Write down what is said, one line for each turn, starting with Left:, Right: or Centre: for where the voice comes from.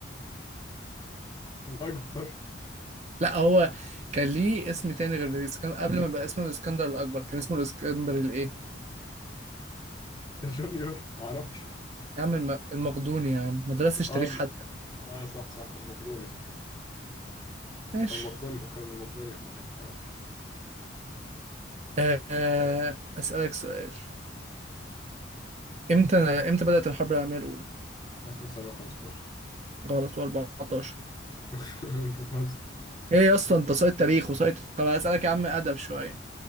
Left: الأكبر
Right: لا هو كان ليه اسم تاني غير الاسكندر قبل ما بقى اسمه الاسكندر الاكبر كان اسمه الاسكندر الايه
Left: جونيور معرفش
Right: يا عم الم... المقدوني يا عم ما درستش
Left: اه
Right: تاريخ حتى
Left: آه، صح صح المقدوني صحيح
Right: ماشي
Left: كان مقدونيا كان مقدونيا صحيح تمام
Right: آه آه، اسالك سؤال امتى امتى بدأت الحرب العالميه الاولى
Left: 1915
Right: غلط و14
Left: <laughs> انت بتهزر
Right: ايه يا اسطى انت سايت تاريخ وسايت طب اسالك يا عم ادب شويه